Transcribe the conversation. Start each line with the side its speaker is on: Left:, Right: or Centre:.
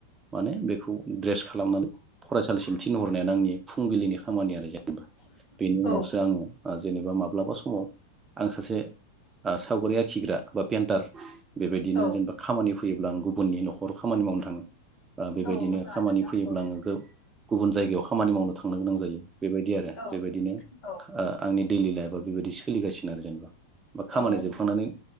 Right: माने बेखौ ड्रेस फरायसालिसिम थिनहरनायानो आंनि फुंबिलिनि खामानि आरो । बेनि
Left: औ
Right: उनावसो आंङो जेनेबा माब्लाबा समाव आं सासे सावगारि आखिग्रा बा पेन्टार बेबायदिनो
Left: औ
Right: जेनेबा खामानि फैयोब्लाल आं गुबुननि न'खराव खामानि मावनो थाङो । बेबायदिनो
Left: औ मोजाङानो
Right: खामानि
Left: दा
Right: फैयोब्ला
Left: औ
Right: आंङो गो गुबुन जायगायाव खामानि मावनो थांनो गोनां जायो बेबायदि आरो
Left: औ
Right: बेबायदिनो
Left: औ
Right: ओ आंनि दैडेलि लाइफआ बेबायदि सोलिगासिनो आरो जेनेबा बा
Left: औ
Right: खामानि जोबखांनानै